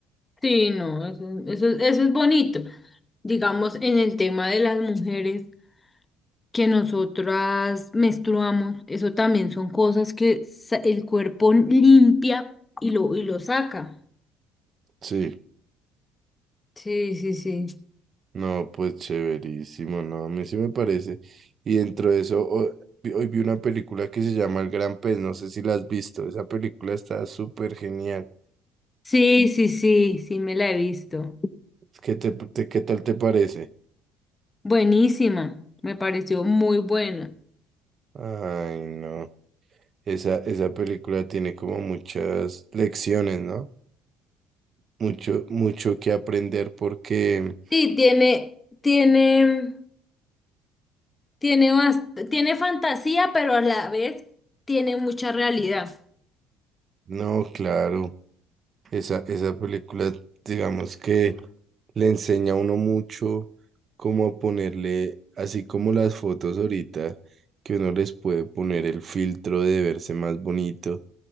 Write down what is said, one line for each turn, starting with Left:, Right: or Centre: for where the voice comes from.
Left: Sí, no, eso, eso, eso es bonito. Digamos, en el tema de las mujeres que nosotras menstruamos, eso también son cosas que sa- el cuerpo limpia y lo, y lo saca.
Right: Sí,
Left: Sí, sí, sí.
Right: no, pues chéverísimo, no, a mí sí me parece. Y dentro de eso, ho- vi- hoy, vi una película que se llama El Gran Pez, no sé si la has visto, esa película está súper genial.
Left: Sí, sí, sí, sí, me la he visto.
Right: ¿Qué te, te- qué tal te parece?
Left: Buenísima, me pareció muy buena.
Right: Ay, no. Esa, esa película tiene como muchas lecciones, ¿no? Mucho, mucho que aprender porque,
Left: Sí, tiene, tiene, tiene, bast- tiene fantasía, pero a la vez tiene mucha realidad.
Right: no, claro, esa, esa película, digamos que le enseña a uno mucho cómo a ponerle, así como las fotos ahorita, que uno les puede poner el filtro de verse más bonito